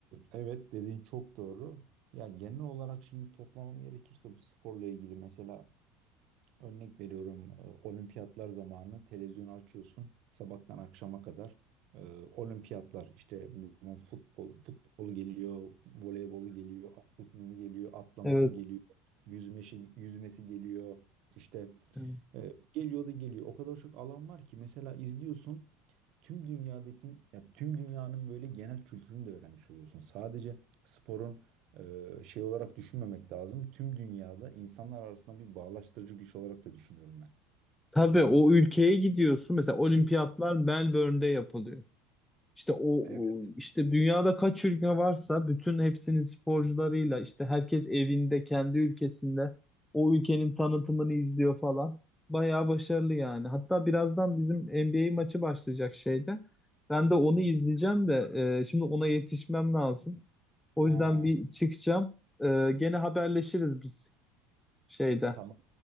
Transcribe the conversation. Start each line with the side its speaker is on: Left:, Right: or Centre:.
Right: evet dediğin çok doğru. Ya genel olarak şimdi toplamam gerekirse bu sporla ilgili mesela Örnek veriyorum e, olimpiyatlar zamanı televizyonu açıyorsun sabahtan akşama kadar e, olimpiyatlar işte bunun futbol futbolu geliyor, voleybolu geliyor, atletizmi geliyor, atlaması
Centre: Evet.
Right: geliyor, yüzmesi yüzmesi geliyor. İşte
Centre: Evet.
Right: e, geliyor da geliyor. O kadar çok alan var ki mesela izliyorsun tüm dünyadaki ya tüm dünyanın böyle genel kültürünü de öğrenmiş oluyorsun. Sadece sporun e, şey olarak düşünmemek lazım. Tüm dünyada insanlar arasında bir bağlaştırıcı güç olarak da düşünüyorum ben.
Centre: Tabii o ülkeye gidiyorsun. Mesela olimpiyatlar
Right: Hı.
Centre: Melbourne'de yapılıyor. İşte o
Right: Evet.
Centre: o- işte dünyada kaç ülke varsa bütün hepsinin sporcularıyla işte herkes evinde kendi ülkesinde o ülkenin tanıtımını izliyor falan. Bayağı başarılı yani. Hatta birazdan bizim NBA maçı başlayacak şeyde. Ben de onu izleyeceğim de e, şimdi ona yetişmem lazım. O
Right: Ha,
Centre: yüzden bir çıkacağım. E, gene haberleşiriz biz şeyde.
Right: tamam.